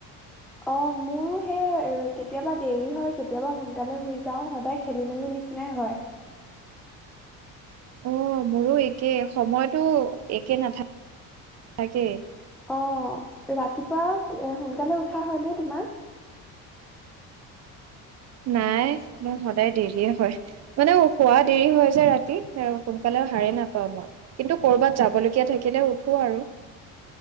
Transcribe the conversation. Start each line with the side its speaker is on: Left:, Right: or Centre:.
Centre: অ মোৰো সেই কেতিয়াবা দেৰি হয় কেতিয়াবা সোনকালে শুই যাও সদায় খেলি মেলি নিচিনাই হয়
Right: অ মোৰো একে সময়তো একে নাথাকে
Centre: অ ৰাতিপুৱা সোনকালে উঠা হয়নে তোমাৰ
Right: নাই একদম সদায় দেৰিয়ে হয় মানে খোৱা দেৰি হয় যে ৰাতি সোনকালেও হাৰে নাপাও অ কিন্তু কৰ'বাত যাবলগীয়া থাকিলে উঠো আৰু